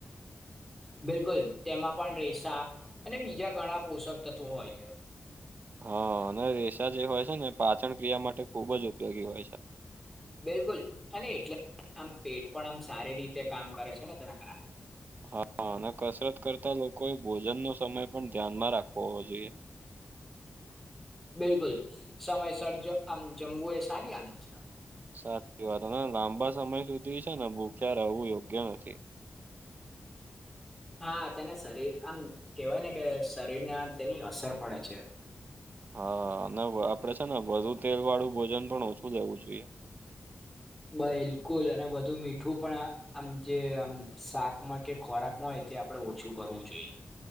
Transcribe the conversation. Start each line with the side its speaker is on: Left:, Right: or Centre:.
Centre: બિલકુલ તેમાં પણ રેસા અને બીજા ઘણા પોષક તત્વો હોય છે.
Right: હા અને રેસાા જે હોય છે ને એ પાચન ક્રિયા માટે ખુબ જ ઉપયોગી હોય છે.
Centre: બિલકુલ અને એટલે આમ પેટ પણ આમ સારી રીતે કામ કરે છે ને તેના કરણે.
Right: હા અને કસરત કરતા લોકોએ ભોજન નો સમય પણ ધ્યાન માં રાખવો હોવો જોઈએ.
Centre: બિલકુલ સમયસરજ આમ જમવું એ સારી આદત છે.
Right: સાચી વાત લાંબા સમય સુધી છે ને ભૂખ્યા રહેવું યોગ્ય નથી.
Centre: હા તેને શરીર આમ કેવાય ને કે શરીરને આ તેની અસર પડે છે.
Right: હા અને આપડે છે ને વધુ તેલ વાળું ભોજન પણ ઓછું લેવું જોઈએ.
Centre: બિલકુલ અને બધું મીઠું પણ આમ જે આમ શાકમાં કે ખોરાકમાં હોય તે આપડે ઓછું કરવું જોઈએ‌‌.